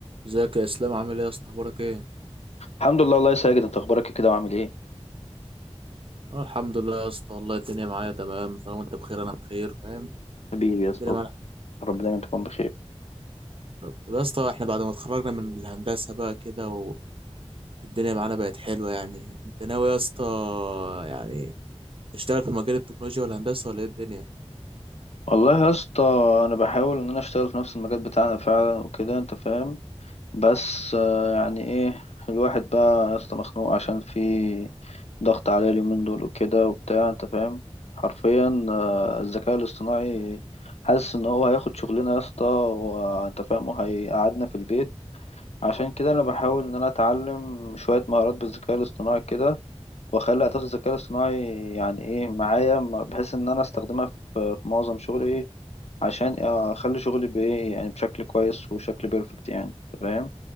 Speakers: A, on the right (about 55°); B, on the left (about 70°).
A: ازيك يا اسلام عامل ايه يا اسطى اخبارك ايه
B: الحمد لله الله يسعدك انت اخبارك ايه كده وعامل ايه
A: انا الحمد لله يا اسطى والله الدنيا معايا تمام طالما انت بخير انا بخير فاهم
B: حبيبي يا اسطى
A: الدنيا معانا
B: رب دايما تكون بخير
A: حلوة. طب يا اسطى احنا بعد ما اتخرجنا من الهندسه بقى كده و- والدنيا معانا بقت حلوه يعني انت ناوي يا اسطى يعني تشتغل في مجال التكنولوجيا والهندسه ولا ايه الدنيا
B: والله يا اسطى انا بحاول ان انا اشتغل في نفس المجال بتاعنا فعلا وكده انت فاهم بس آه، يعني ايه الواحد بقى يا اسطى مخنوق عشان في ضغط عليه اليومين دول وكده وبتاع انت فاهم حرفيا آه، الذكاء الاصطناعي حاسس ان هو هياخد شغلنا يا اسطى وانت فاهم وهيقعدنا في البيت عشان كده انا بحاول ان انا اتعلم شوية مهارات بالذكاء الاصطناعي كده واخلي اعتقد الذكاء الاصطناعي يعني ايه معايا م- بحيث ان انا استخدمها في في معظم شغلي ايه، عشان اخلي شغلي بايه يعني بشكل كويس وشكل بيرفكت يعني تمام